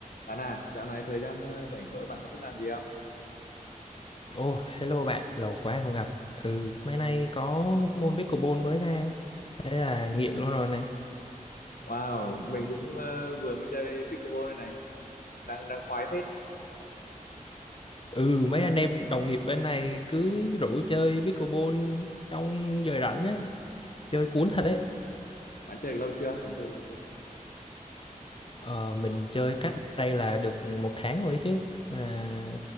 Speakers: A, on the left; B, on the left.
A: Bạn à, dạo này thời gian ờ, rảnh rỗi bạn có thích làm gì không?
B: Ồ, hello bạn, lâu quá không gặp. Ừ, mấy nay có môn pickleball mới ra, thế là nghiện luôn rồi nè.
A: Wow, mình cũng ờ, vừa mới chơi pickleball đây này, đang đang khoái phết.
B: Ừ, mấy anh em đồng nghiệp bên này cứ rủ chơi pickleball trong giờ rảnh ấy, chơi cuốn thật đấy.
A: Bạn chơi lâu chưa? Bạn chơi lâu chưa?
B: Ờ, mình chơi cách đây là được một tháng rồi ấy chứ à,